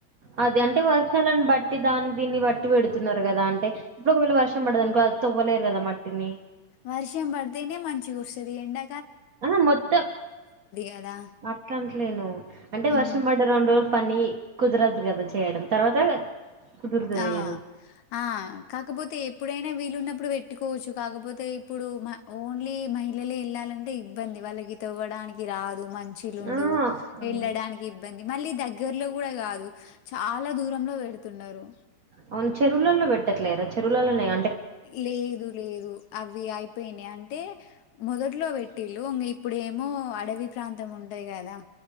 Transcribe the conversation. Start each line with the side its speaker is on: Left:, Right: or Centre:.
Right: అది అంటే వర్షాలను బట్టి దాన్ దీన్ని బట్టి. ట్టి పెడుతున్నారు కదా, అంటే ఇప్పుడు ఒకవేళ వర్షం పడ్డదనుకో అది తొవ్వలేరు గదా మట్టిని.
Left: వర్షం పడితేనే మంచిగొస్తది. ఎండా.
Right: ఆ మొత్తం,
Left: కదా
Right: అట్లంట్లేను అంటే
Left: హ్మ్.
Right: వర్షం పడ్డ రెండ్ రోజ్. పని కుదరదు గదా చేయడం, తర్వాత కుదురుతది
Left: ఆ
Right: గాని
Left: ఆ కాకపోతే. ఎప్పుడైనా వీలు ఉన్నప్పుడు పెట్టుకోవచ్చు. కాకపోతే ఇప్పుడు మ ఓన్లీ మహిళలే ఎళ్ళాలంటే ఇబ్బంది. వాళ్ళకి తొవ్వడానికి రాదు. మంచిల్లుండవ్,
Right: ఆ అవును
Left: ఎళ్ళడానికి ఇబ్బంది. మళ్ళీ దగ్గర్లో గూడ గాదు, చాలా దూరంలో పెడుతున్నరు.
Right: అవును, చెరువుల్లల్లో పెట్టట్లేరా చెరువులలోనేగ్.
Left: లేదు లేదు. అవి అయిపోయినాయ్. అంటే మొదట్లో పెట్. టిల్లు ఇంగ్ ఇప్పుడేమో అడవి ప్రాంతం ఉంటది కదా,